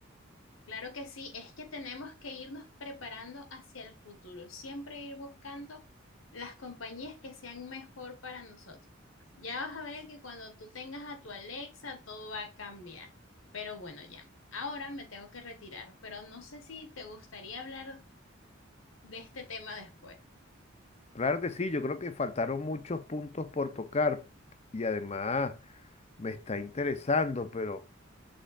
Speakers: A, on the left; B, on the left.
A: Claro que sí, es que tenemos que irnos preparando hacia el futuro, siempre ir buscando las compañías que sean mejor para nosotros. Ya vas a ver que cuando tú tengas a tu Alexa, todo va a cambiar. Pero bueno, ya, ahora me tengo que retirar, pero no sé si te gustaría hablar de este tema después.
B: Claro que sí, yo creo que faltaron muchos puntos por tocar y además me está interesando, pero...